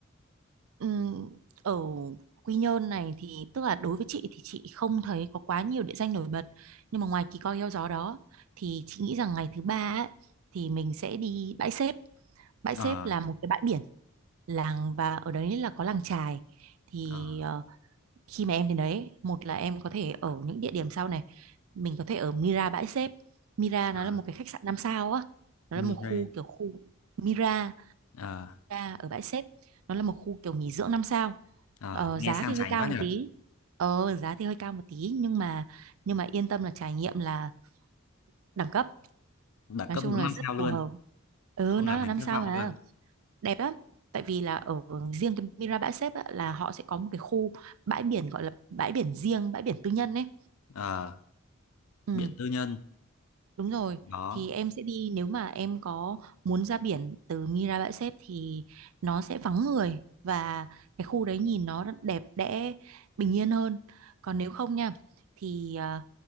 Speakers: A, on the right (about 75°); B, on the left (about 85°).
A: Ừm, ở Quy Nhơn này thì tức là đối với chị thì chị không thấy có quá nhiều địa danh nổi bật nhưng mà ngoài Kỳ Co Heo Gió đó thì chị nghĩ rằng ngày thứ ba ấy, thì mình sẽ đi bãi xếp bãi xếp
B: Ờ,
A: là một cái bãi biển làng và ở đấy là có làng chài thì
B: ờ.
A: ờ, khi mà em đến đấy một là em có thể ở những địa điểm sau này mình có thể ở Mira bãi xếp Mira
B: ờ.
A: nó là một cái khách sạn năm sao á nó là
B: Mirai
A: một khu kiểu khu Mira
B: Ờ,
A: Ca ở bãi xếp nó là một khu kiểu nghỉ dưỡng năm sao
B: ờ,
A: ờ,
B: nghe
A: giá
B: sang
A: thì hơi
B: chảnh
A: cao
B: quá nhỉ
A: một tí ờ giá thì hơi cao một tí nhưng mà nhưng mà yên tâm là trải nghiệm là đẳng cấp
B: đẳng
A: nói
B: cấp
A: chung
B: đúng
A: là
B: năm
A: rất
B: sao luôn
A: phù hợp ừ
B: không
A: nó
B: là
A: là
B: mình
A: năm
B: thất
A: sao
B: vọng
A: mà
B: luôn
A: đẹp lắm tại vì là ở riêng cái Mira bãi xếp á, là họ sẽ có một cái khu bãi biển gọi là bãi biển riêng bãi biển tư nhân ấy
B: Ờ,
A: ừ.
B: Biện tư nhân
A: Đúng rồi,
B: đó
A: thì em sẽ đi nếu mà em có muốn ra biển từ Mira Bãi Xép thì nó sẽ vắng người và cái khu đấy nhìn nó rất đẹp đẽ, bình yên hơn. Còn nếu không nha thì ờ,